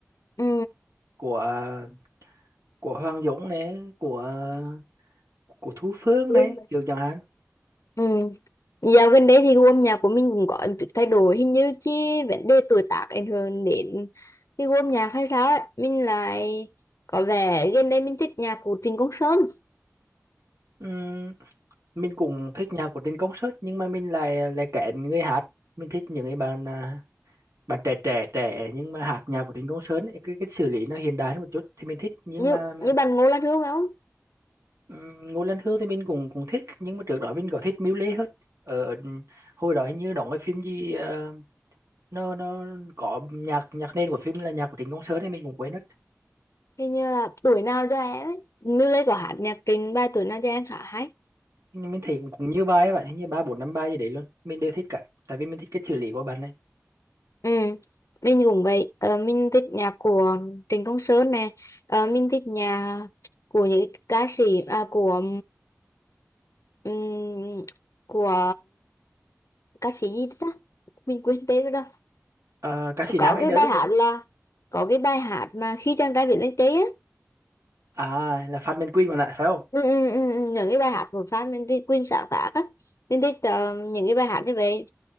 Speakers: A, on the left; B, on the right.
A: ừ.
B: của à, của Hoàng Dũng này của à, của Thu Phương
A: Ừ.
B: này kiểu chẳng hạn
A: Ừ. Dạo gần đây thì gu âm nhạc của mình cũng có một chút thay đổi hình như cái vấn đề tuổi tác ảnh hưởng đến cái gu âm nhạc hay sao ấy mình lại có vẻ gần đây mình thích nhạc của Trịnh Công Sơn
B: Ừm, mình cũng thích nhạc của trên concert nhưng mà mình lại à, lại kén người hát mình thích những cái bạn à, bạn trẻ trẻ trẻ nhưng mà hát nhạc của trên concert ấy, cái cái xử lý nó hiện đại hơn một chút thì mình thích nhưng
A: như
B: mà
A: như bạn Ngô Lan Hương phải không
B: Ừm, Ngô Lan Hương thì mình cũng cũng thích nhưng mà trước đó mình có thích Miu Lê hơn ở hồi đó hình như đóng cái phim gì ờ, nó nó có nhạc nhạc nền của phim là nhạc của Trịnh Công Sơn ấy mình cũng quên mất
A: hình như là tuổi nào cho em ấy Miu Lê có hát nhạc Trịnh bài tuổi nào cho em khá hay
B: nhưng mình thấy cũng cũng nhiều bài ấy vậy hình như ba bốn năm bài gì đấy luôn mình đều thích cả tại vì mình thích cái xử lý của bạn này
A: ừ. mình cũng vậy ờ, mình thích nhạc của Trịnh Công Sơn nè ờ, mình thích nhạc của những ca sĩ à, của ừm, của ca sĩ gì ta mình quên tên rồi
B: Ờ, ca sĩ
A: có
B: nam hay
A: cái
B: nữ
A: bài hát là có cái bài hát mà khi chàng trai viết lên cây á
B: à là Phan Mạnh Quỳnh mà lại phải không
A: ừ, ừ, ừ, ừ, những cái bài hát của fan mình thích Queen sáng tác á mình thích ờ, những cái bài hát như vậy